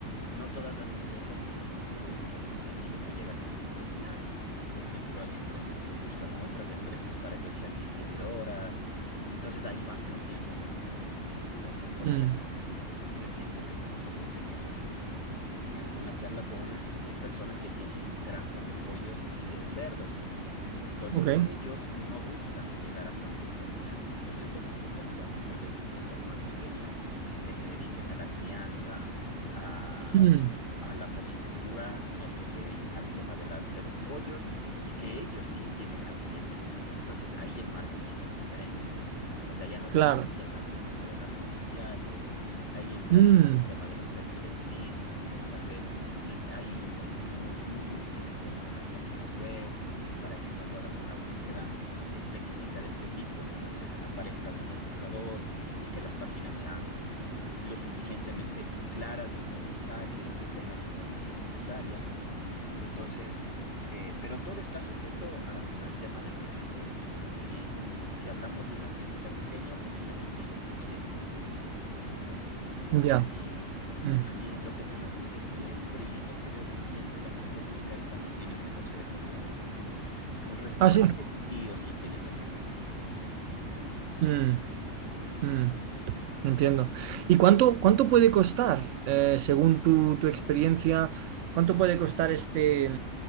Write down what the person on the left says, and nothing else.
no todas las empresas tienen un producto o un servicio que llega al consumidor final. Por ejemplo, hay empresas que buscan otras empresas para que sean distribuidoras. Entonces ahí van cambiando las cosas. Entonces, por
ejemplo, re- recientemente nosotros teníamos un, teníamos una charla con unas eh, personas que tienen granjas de pollos y de cerdos. Entonces,
ellos no buscan llegar al consumidor final. Ellos lo que buscan son tal vez empresas más pequeñas que se dediquen a la crianza, a,
a la porcicultura, eh, que se dediquen al tema de las, de los pollos y que ellos sí lleguen al cliente final. Entonces, ahí el marketing es diferente. Entonces, allá no
te serviría tanto el tema de las redes sociales, ahí entraría
lo del tema de los perfiles de LinkedIn, tal vez l- ahí entra muy, muy útil el tema de las páginas web para que cuando hagan una búsqueda específica de este tipo, entonces aparezcas en el buscador y que las páginas sean lo suficientemente claras en los mensajes, que tengan la información necesaria. Entonces, eh, pero todo está sujeto al, al tema del presupuesto. Si, si hablamos de una tiendita pequeña, posiblemente ellos no quieran hacer marketing. Entonces,
por ahí,
a mí lo que se me ocurre siempre y es lo que veo que siempre la gente busca es cuando tiene un negocio de comida, por ejemplo. Un restaurante
sí o sí tiene que hacer marketing.